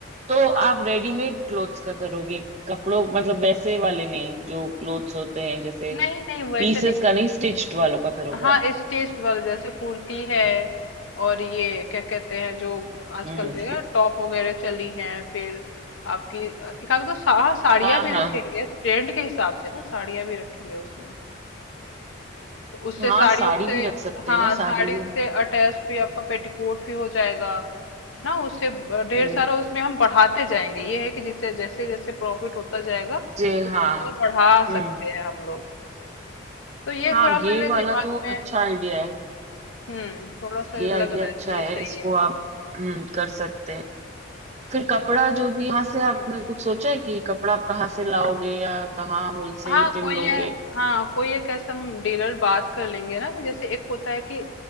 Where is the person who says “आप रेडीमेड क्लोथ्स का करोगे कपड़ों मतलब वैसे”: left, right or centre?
Right